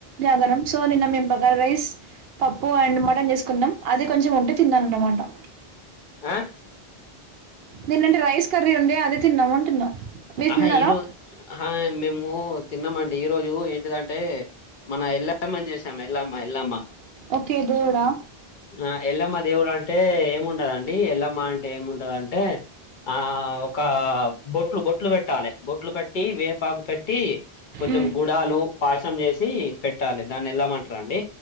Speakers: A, on the right; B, on the left.
A: జాగరం సో నిన్న మేం బగారా రైస్, పప్పు అండ్ మటన్ చేస్కున్నాం. అది కొంచం ఉంటే తిన్నారన్నమాట. బ్లాంక్
B: అ
A: నిన్నంటే రైస్ కర్రీ ఉండే అది తిన్నాం. అంటున్నా మీరు
B: అహ
A: తిన్నారా
B: ఈరోజు అహ మేము తిన్నామండి ఈ రోజు ఏ టిదంటే మన ఎళ్ళమ్మన్ చేసాం ఎళ్లమ్మ ఎల్లమ్మ.
A: ఓకే దేవుడా
B: మా ఎల్లమ్మ దేవురం టే ఏముంటదండి ఎల్లమ్మ అంటే ఏముంటదంటే ఆ ఒకా బొట్లు బొట్లు పెట్టాలె బొట్లు పెట్టి వేపాకు కట్టి కొంచం
A: మ్మ్
B: గుడాలు, పాశం చేసి పెట్టాలె దాన్ని ఎల్లమ్మంటరండి.